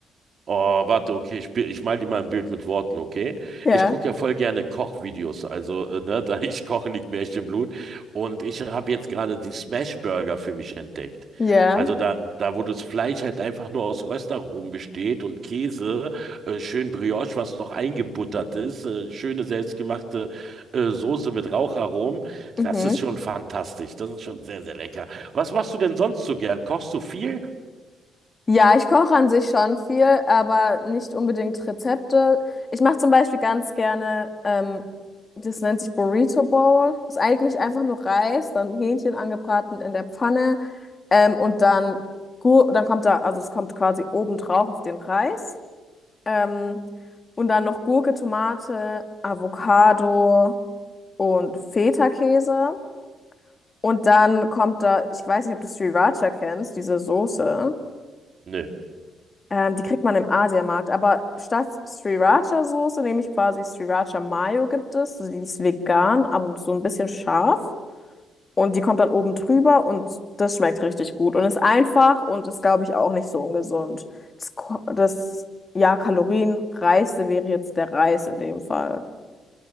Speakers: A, on the right; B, on the left.
A: Oh, warte, okay, ich, bi- ich mal dir mal ein Bild mit Worten, okay?
B: Ja,
A: Ich gucke ja voll gerne Kochvideos, also, äh, ne, <laughs> da ich koche, liegt mir echt im Blut. Und ich habe jetzt gerade die Smash Burger für mich entdeckt.
B: ja,
A: Also da, da, wo das Fleisch halt einfach nur aus Röstaromen besteht und Käse, äh, schön Brioche, was noch eingebuttert ist, äh, schöne selbstgemachte äh, Soße mit Raucharomen,
B: mhm.
A: das ist schon fantastisch, das ist schon sehr, sehr lecker. Was machst du denn sonst so gern? Kochst du viel?
B: Ja, ich koche an sich schon viel, aber nicht unbedingt Rezepte. Ich mache zum Beispiel ganz gerne, ähm, das nennt sich Burrito Bowl. Ist eigentlich einfach nur Reis, dann Hähnchen angebraten in der Pfanne, ähm, und dann, Gur dann kommt da, also es kommt quasi oben drauf auf den Reis, ähm, und dann noch Gurke, Tomate, Avocado und Feta-Käse. Und dann kommt da, ich weiß nicht, ob du Sriracha kennst, diese Soße.
A: Nö.
B: Ähm, die kriegt man im Asiamarkt. Aber statt Sriracha-Soße nehme ich quasi Sriracha Mayo gibt es. Die ist vegan, aber so ein bisschen scharf. Und die kommt dann oben drüber und das schmeckt richtig gut. Und ist einfach und ist, glaube ich, auch nicht so ungesund. Das, Ko- das ja, kalorienreichste wäre jetzt der Reis in dem Fall.